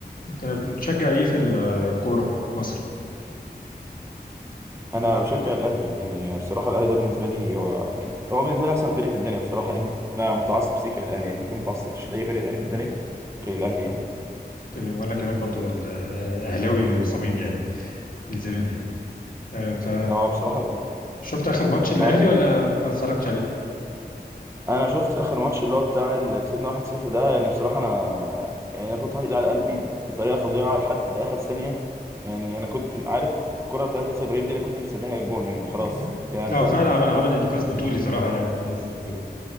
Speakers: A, on the left; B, on the right.
A: انت بتشجع ايه في الكوره مصر
B: انا بشجع الاهلي يعني بصراحه الاهلي ده بالنسبه لي هو يعني هو بالنسبه لي احسن فريق في الدنيا بصراحه <laughs> يعني انا متعصب سيكا للاهلي يعني ممكن متعصبش لاي فريق تاني في الدنيا غير الاهلي يعني
A: تمام وانا كمان برضو ال- اهلاوي صميم يعني من زمان يعني آه، ف
B: هو بصراحه
A: شفت اخر ماتش الاهلي
B: انا
A: ولا ما اتفرجتش عليه
B: انا شفت اخر ماتش اللي هو بتاع اللي كسبنا 1-0 ده يعني بصراحه انا يعني انا كنت حاطط ايدي على قلبي بطريقه فظيعه لحد اخر ثانيه يعني انا كنت عارف الكره بتاعت ياسر ابراهيم دي انا كنت مستنيها الجون يعني خلاص
A: لا
B: هي
A: لا،
B: انتهت
A: هو فعلا عمل عمل انقاذ بطولي صراحه يعني في ياسر الفيل